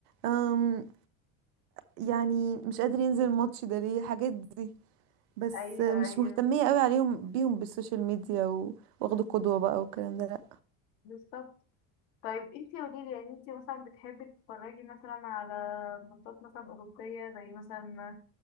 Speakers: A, on the right (about 75°); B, on the left (about 70°).
A: أم يعني مش قادر ينزل الماتش ده ليه الحاجات دي بس
B: ايوه
A: مش
B: ايوه
A: مهتمية قوي عليهم بيهم بالسوشيال ميديا و- واخدوا قدوة بقى والكلام ده
B: بالظبط طيب انتي قوليلي يعني انتي مثلا بتحبي تتفرجي مثلا على ماتشات مثلا أوروبية زي مثلا